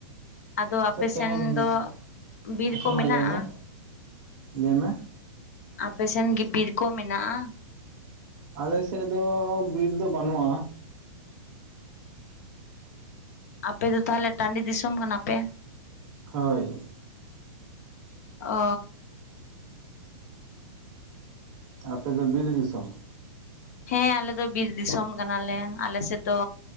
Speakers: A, on the left; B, on the right.
A: ᱟᱫᱚ ᱟᱯᱮ
B: ᱟᱪᱪᱷᱟ
A: ᱥᱮᱱ
B: ᱛᱮᱦᱮᱧ
A: ᱫᱚ ᱵᱤᱨ
B: ᱟᱪᱪᱷᱟ
A: ᱠᱚ ᱢᱮᱱᱟᱜᱼᱟ
B: ᱢᱟ ᱞᱟᱹᱭ ᱢᱮ ᱞᱟᱹᱭ ᱢᱮ
A: ᱟᱯᱮ ᱥᱮᱱ ᱜᱤ ᱵᱤᱨ ᱠᱚ ᱢᱮᱱᱟᱜᱼᱟ
B: ᱟᱞᱮᱥᱮᱫ ᱫᱚ ᱵᱤᱨ ᱫᱚ ᱵᱟᱹᱱᱩᱜᱼᱟ
A: ᱟᱯᱮ ᱫᱚ ᱛᱟᱦᱚᱞᱮ ᱴᱟᱺᱰᱤ ᱫᱤᱥᱚᱢ ᱠᱟᱱᱟ ᱯᱮ
B: ᱦᱳᱭ
A: ᱚ
B: <inaudible> ᱟᱯᱮ ᱫᱚ ᱵᱤᱨ ᱫᱤᱥᱚᱢ
A: ᱦᱮᱸ ᱟᱞᱮ ᱫᱚ ᱵᱤᱨ ᱫᱤᱥᱚᱢ ᱠᱟᱱᱟᱞᱮ ᱟᱞᱮ ᱥᱮᱫ ᱫᱚ